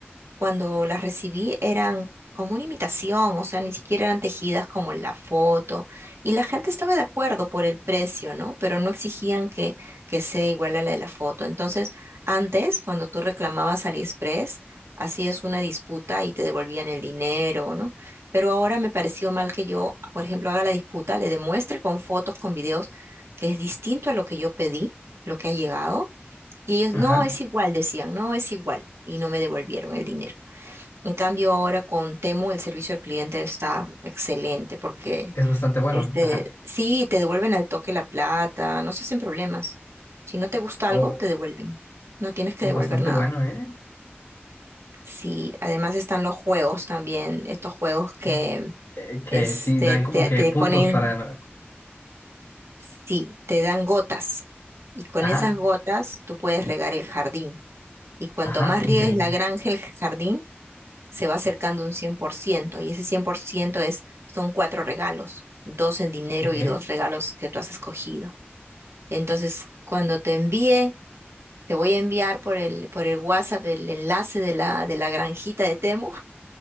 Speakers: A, on the right (about 80°); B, on the left (about 80°).
A: cuando las recibí eran como una imitación, o sea, ni siquiera eran tejidas como en la foto. Y la gente estaba de acuerdo por el precio, ¿no? Pero no exigían que, que sea igual a la de la foto. Entonces, antes, cuando tú reclamabas AliExpress, hacías una disputa y te devolvían el dinero, ¿no? Pero ahora me pareció mal que yo, por ejemplo, haga la disputa, le demuestre con fotos, con videos, que es distinto a lo que yo pedí, lo que ha llegado. Y ellos,
B: Ajá,
A: no, es igual, decían, no, es igual. Y no me devolvieron el dinero. En cambio, ahora con Temu el servicio al cliente está excelente porque
B: es bastante bueno,
A: este
B: ajá.
A: sí te devuelven al toque la plata, no se hacen problemas. Si no te gusta algo,
B: O
A: te devuelven. No tienes que
B: bastante
A: devolver nada.
B: bueno, ¿eh?
A: Sí, además están los juegos también, estos juegos que
B: Mm. Eh, Que
A: este
B: sí, dan como
A: te,
B: que
A: te
B: puntos
A: ponen,
B: para...
A: sí, te dan gotas y con
B: Ajá,
A: esas gotas tú puedes regar el jardín. Y cuanto
B: ajá,
A: más riegues
B: increíble.
A: la granja, el jardín, se va acercando un 100% y ese 100% es, son cuatro regalos, dos en dinero
B: Ok.
A: y dos regalos que tú has escogido. Entonces, cuando te envíe, te voy a enviar por el, por el WhatsApp el enlace de la, de la granjita de Temu